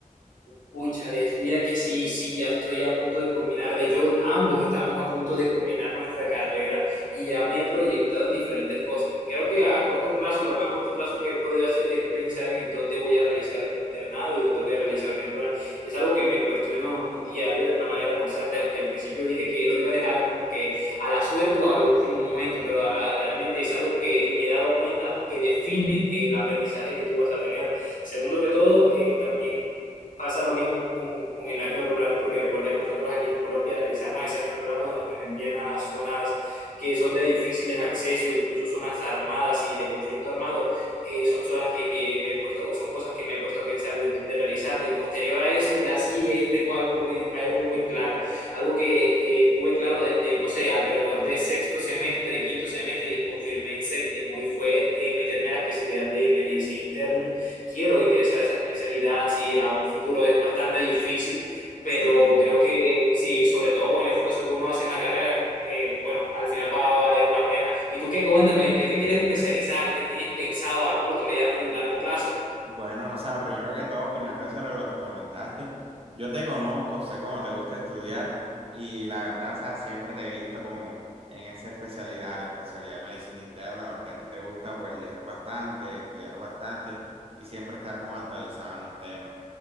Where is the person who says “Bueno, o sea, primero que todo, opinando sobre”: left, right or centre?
Right